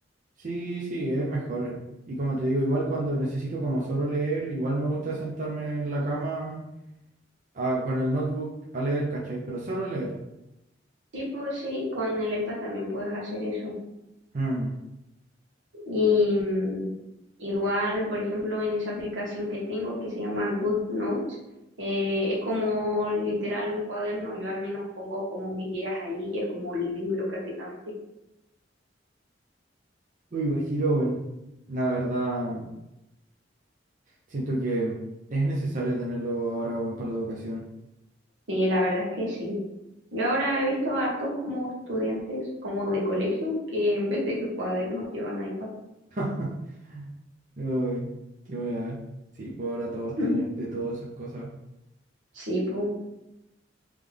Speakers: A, on the right; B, on the right.
A: Sí, sí, es mejor. Y como te digo, igual cuando necesito como solo leer, igual me gusta sentarme en la cama a- con el notebook a leer, ¿cachai? Pero solo leer.
B: Sí, pues sí, con el iPad también puedes hacer eso.
A: Hmm.
B: Y mm, igual, por ejemplo, en esa aplicación que tengo que se llama Good Notes, eh, es como literal un cuaderno, yo al menos pongo como mis guías ahí y es como un libro prácticamente.
A: Uy, Guajiro, weón. La verdad, siento que es necesario tenerlo ahora, weón, para la educación.
B: Y la verdad es que sí. Yo ahora he visto a hartos como estudiantes, como de colegio, que en vez de cuadernos llevan iPad.
A: <laughs> Uy, qué weá. Sí, pues ahora todos
B: <laughs>
A: tienen de todas esas cosas.
B: Sí, pues.